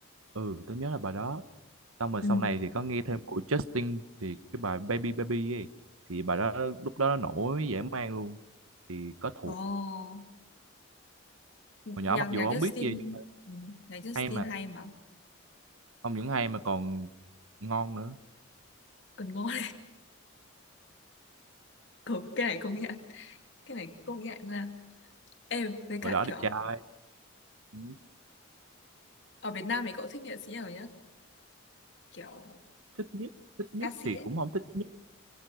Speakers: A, on the right; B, on the left.
A: ừ tớ nhớ là bài đó xong rồi
B: Ừ,
A: sau này thì có nghe thêm của Justin thì cái bài Baby Baby ấy thì bài đó lúc đó nó nổi dã man luôn thì có thuộc
B: ồ, nhạc,
A: hồi nhỏ mặc
B: nhạc
A: dù
B: Justin,
A: không biết gì nhưng mà
B: ừ, nhạc Justin
A: hay mà
B: hay mà,
A: không những hay mà còn ngon nữa
B: còn ngon. Công, cái này công nhận cái này cũng công nhận nha em với
A: hồi
B: cả
A: đó
B: kiểu
A: đẹp trai Ừ,
B: ở Việt Nam thì cậu thích nghệ sĩ nào nhá kiểu
A: thích nhất thích nhất
B: ca sĩ
A: thì
B: ấy
A: cũng không thích nhất